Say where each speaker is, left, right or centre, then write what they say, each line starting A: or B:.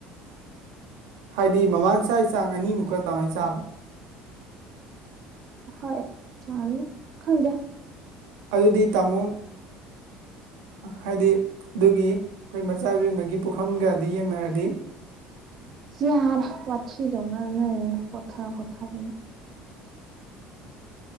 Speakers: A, on the right; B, on the right.
A: ꯍꯥꯏꯗꯤ ꯃꯃꯥꯡ ꯆ ꯆꯥꯡ ꯑꯅꯤꯃꯨꯛꯀ ꯑꯗꯨꯃꯥꯏꯅ ꯆꯥꯕ꯭ꯔꯥ
B: ꯍꯣꯏ ꯆꯥꯡꯅꯦ ꯈꯪꯒꯦ
A: ꯑꯗꯨꯗꯤ ꯇꯥꯃꯣ ꯍꯥꯏꯗꯤ ꯑꯗꯨꯒꯤ ꯑꯩꯈꯣꯏ ꯃꯆꯥꯕꯤ ꯑꯃꯒꯤ ꯄꯨꯈꯝꯒꯗꯤ ꯌꯦꯡꯅꯔꯗꯤ
B: ꯌꯥ ꯄꯊꯤꯗꯣ ꯑꯅ ꯀꯣꯊꯥ ꯀꯣꯊꯥꯕꯅ